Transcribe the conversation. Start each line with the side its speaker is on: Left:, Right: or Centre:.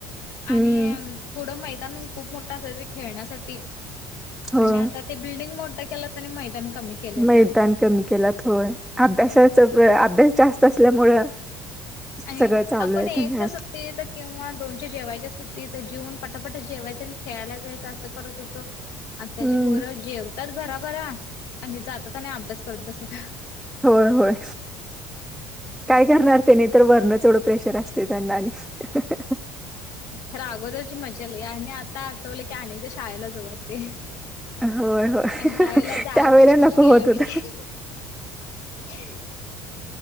Centre: हम्म
Left: आणि अं पुढं मैदान खूप मोठं असायच की खेळण्यासाठी
Centre: होय
Left: आणि आता ते बिल्डिंग मोठा केल्यात आणि मैदान कमी केलेत
Centre: मैदान कमी केलात होय, अभ्यासाच -अभ्यास जास्त असल्यामुळं
Left: आणि
Centre: सगळं चालू
Left: आपण
Centre: आहे आता
Left: यांच्या
Centre: हे असं.
Left: सा तीथं किंवा दोनच्या जेवायच्या सुट्टीत जेऊन, पटापटा जेवायचं आणि खेळायला जायचं असं करत होतो. आत्ताचे
Centre: हम्म
Left: पोरं जेवतात भराभरा आणि जातात आणि अभ्यास करत बसतात.
Centre: होय -होय काय करणार तेनी तर वरणच ऐवढं प्रेशर अस ते त्यांना नि, अं, हं हं
Left: खरं अगोदरची मज्जा लै आणि आत्ता आठवले की अनेकदा शाळेला जाऊ वाटते.
Centre: होय होय
Left: आणि त्यावेेळेला जायंच
Centre: त्यावेळेला
Left: असतानी
Centre: नको
Left: गेलं
Centre: होत होत
Left: नाही, अं, हं, ही'